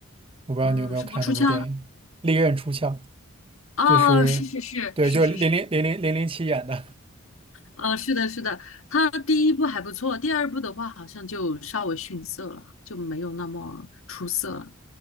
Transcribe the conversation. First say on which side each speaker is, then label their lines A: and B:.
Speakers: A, on the right; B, on the left.
A: 我不知道你有没有看那部电影
B: 嗯，什么出鞘？
A: 《利刃出鞘》，
B: 哦，
A: 就是对，
B: 是是是是是是，
A: 就是零零零零零零七演的。
B: 呃，是的，是的，它第一部还不错，第二部的话好像就稍微逊色了，就没有那么出色了